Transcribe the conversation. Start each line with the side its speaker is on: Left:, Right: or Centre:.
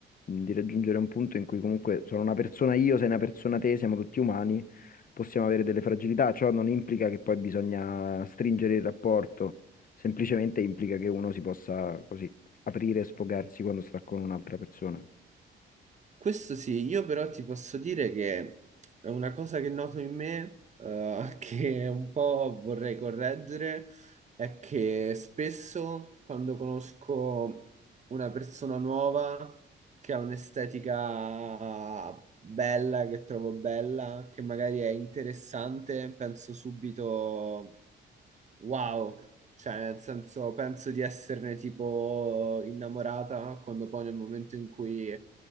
Left: mm, di raggiungere un punto in cui comunque sono una persona io, sei una persona te, siamo tutti umani, possiamo avere delle fragilità, ciò non implica che poi bisogna stringere il rapporto. Semplicemente implica che uno si possa così aprire e sfogarsi quando sta con un'altra persona.
Right: Questo sì, io però ti posso dire che è una cosa che noto in me, eh, <laughs> che un po' vorrei correggere, è che spesso quando conosco una persona nuova che ha un'estetica bella, che trovo bella, che magari è interessante, penso subito Wow, cioè nel senso penso di esserne tipo innamorata quando poi nel momento in cui,